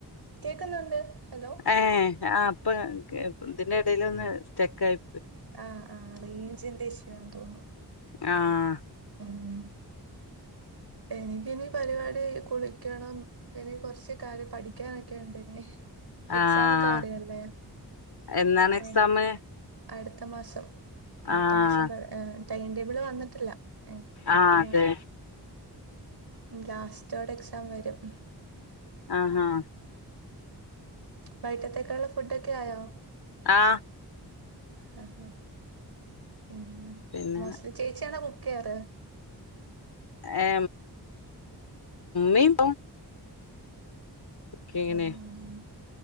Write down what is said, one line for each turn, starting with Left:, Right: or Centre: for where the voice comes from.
Right: കേക്കുന്നുണ്ട് ഹലോ
Left: ഹ അപ്പ അതിന്റെ ഇടയിൽ ഒന്ന് സ്റ്റെക്ക ആയി
Right: ആഹ ആഹ് റേഞ്ചിന്റെ ഇഷ്യു ആന്ന് തോന്നുന്നു
Left: ആഹ
Right: ഉം എനിക്കിന പരിപാടി കുളിക്കണം എനി കൊറച്ച് കാര്ം പഠിക്കാനൊക്കെ ഉണ്ട്ിന എക്സാം
Left: ആഹ്
Right: ഒക്കെ വരില്ലേ
Left: എന്നാണ് എക്സാമ്
Right: അ അടുത്ത മാസം അടുത്ത
Left: ആഹ്
Right: മാസം ടൈംടേബിള് വന്നിട്ടില്ല ഇനിയിപ്പോ അടുത്ത
Left: ആഹ അതെ
Right: മാസം ലാസ്റ്റോടെ എക്സാം വരും
Left: ആഹ് ആഹ്
Right: ബൈറ്റത്തേക്കെയ ഉുള്ള ഫുഡൊക്കെ ആയോ
Left: ആഹ
Right: ഹ ഹ ഹ മ്
Left: പിന്നെ
Right: മോസ്റ്റ്ലി ചേച്ചിയാണോ കുക്ക് ചെയർ
Left: ഏ മമീം കുക്കീയ്ണെ
Right: ഉം ഉം